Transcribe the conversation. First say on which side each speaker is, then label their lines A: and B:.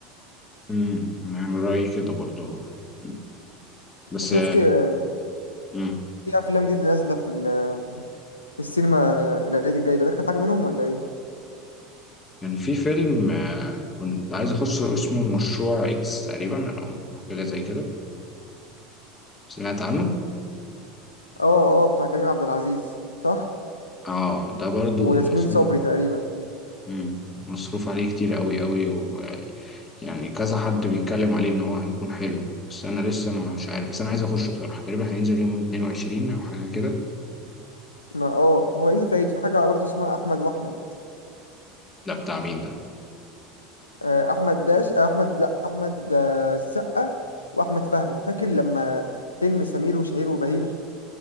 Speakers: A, on the left; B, on the left.
A: امم يعني رأيي كده برضو مم. بس
B: شفت آه،
A: امم
B: في افلام جديده نازله في ال- في السينما آه، العيد الجاي ده دخل حاجه منهم ولا ايه
A: كان في فيلم آه، كنت عايز اخشه اسمه المشروع اكس تقريبا او حاجه زي كده سمعت عنه
B: اه اه بتاع كريم عبد العزيز صح
A: اه ده برضو
B: وياسمين
A: مصروف
B: صبري تقريبا
A: مم. مصروف عليه كتير قوي قوي ويعني كذا حد بيتكلم عليه ان هو هيكون حلو بس انا لسه ما- مش عارف بس انا عايز اخشه بصراحه تقريبا هينزل يوم 22 او حاجه كده
B: ما اه هو ينزل في العيد في حاجه برضه اسمها احمد واحمد
A: لا بتاع مين ده
B: آه، احمد داش آه، احمد لا احمد آه، السقا واحمد فهمي فاكر لما فيلم سمير وشهير وبهير